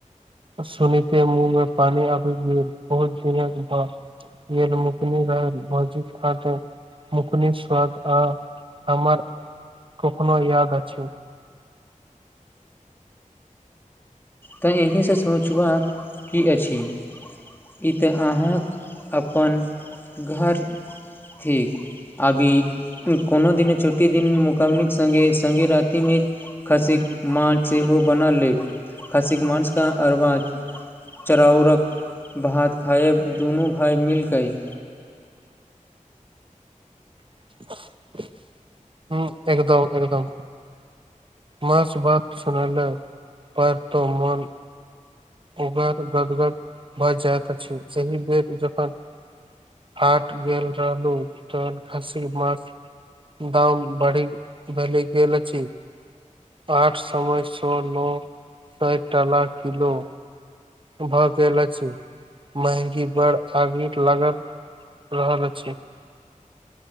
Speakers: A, on the right; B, on the left.
A: सुनीते मुँह मे पानी आबि गेल बहुत दिनक बाद येहन मुकनी रहै भौजीक हाथे मुकनीक स्वाद आ हमर टोकना याद अछि
B: तैं एहिसँ सोचबाक की अछि ई तऽ अहाँ अपन घर ठीक अभी कोनो दिन छुट्टी दिन मुक्मिक संगे संगे रातिमे खसीक मास सेहो बना लेब खासिक मांसका अरवा चराउरक भात खाय दुनू भााय मिल कैय
A: <unintelligible> हॅं एकदम एकदम मास भात सुन ले पर तो मन गदगद भए जाइत अछि एहि बेर जखन हाट गेल रहलहूँ तहन खस्सी मांस दाम बढ़ी भेल गेल अछि आठ समय सए नओ साठ टाला किलो भए गेल अछि महंगी बड़ आगि लागल रहल अछि